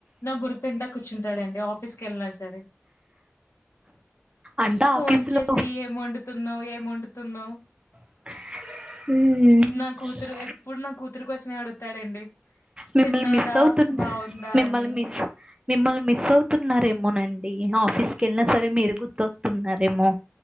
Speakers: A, on the left; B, on the right.
A: నా బుర్ర తింటా కూర్చుంటాడుండి ఆఫీస్కి వెళ్ళినా సరే
B: అంటే
A: ఫోన్
B: ఆఫీసులో
A: వచ్చేసి ఏం వండుతున్నావు ఏం వండుతున్నావు
B: ఉమ్
A: నా కూతురు ఎప్పుడు నా కూతురు కోసమే అడుగుతాడండి
B: మిమ్మల్ని
A: తిన్నాదా
B: మిస్ అవుతు
A: బాగుందా
B: మిమ్మల్ని
A: అని
B: మిస్ మిమ్మల్ని మిస్ అవుతున్నారేమోనండి అండి ఆఫీస్కి వెళ్ళినా సరే మీరు గుర్తొస్తున్నారేమో